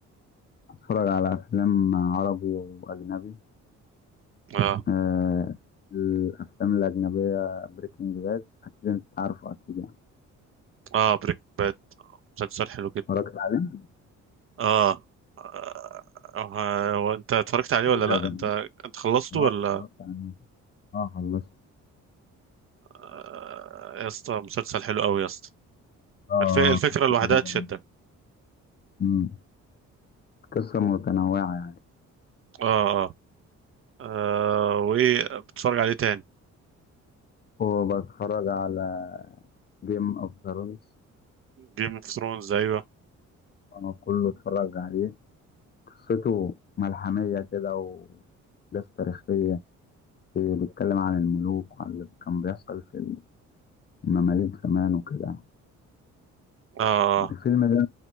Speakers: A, on the left; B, on the right.
A: بتفرج على افلام عربي واجنبي
B: اه
A: آه الافلام الاجنبيه بريكنج باد اكيد انت عارفه اكيد يعني
B: اه بريك باد مسلسل حلو جدا
A: اتفرجت عليه؟
B: اه اه، اه، هو انت اتفرجت عليه ولا لا
A: ده ده
B: انت انت خلصته ولا
A: اه اتفرجت عليه اه خلصت
B: اه، يا اسطى مسلسل حلو قوي يا اسطى
A: اه
B: الف... الفكره
A: قصته
B: لوحدها
A: حلوه
B: تشدك
A: مم. قصه متنوعه يعني
B: اه اه اه، وايه بتتفرج عليه تاني
A: وبتفرج على جيم اوف ثرونز
B: جيم اوف ثرونز ايوه
A: آه، كله اتفرج عليه قصته ملحمية كده وأحداث تاريخية إيه، بيتكلم عن الملوك وعن اللي كان بيحصل في المماليك زمان وكده
B: اه
A: الفيلم ده